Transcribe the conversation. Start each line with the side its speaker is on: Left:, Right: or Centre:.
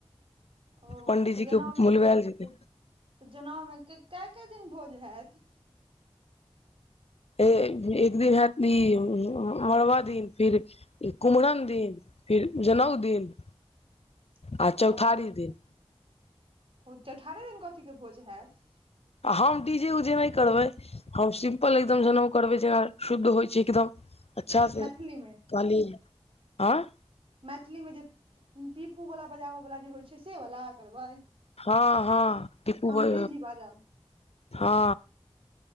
Right: ओ
Left: पंडिजी
Right: तऽ जनउ
Left: के
Right: मे
Left: बुलबेल
Right: तऽ
Left: जेतै।
Right: तऽ जनेउमे कए कए दिन भोज हैत।
Left: एक दिन हैत ई मड़बा दिन फिर। कुम्हरन दिन फेर जनेउ दिन।
Right: <inaudible>
Left: आ
Right: ओ
Left: चौठारी दिन
Right: ओ अठारहे दिने कथी के भोज हैत।
Left: आ हम डीजे उजेे नय करबै हम सिम्पल एकदम जेनउ करबै जेना शुद्ध होइ छै एकदम। अच्छासे
Right: मैथिलीमे
Left: कहली आँय
Right: मैथिलीमे जे पीपूवला बजाबय वला जे होइ छै सेवला करबै।
Left: हँ हँ टीपू
Right: अंग्रेजी
Left: बै
Right: बाजाउ
Left: हँ।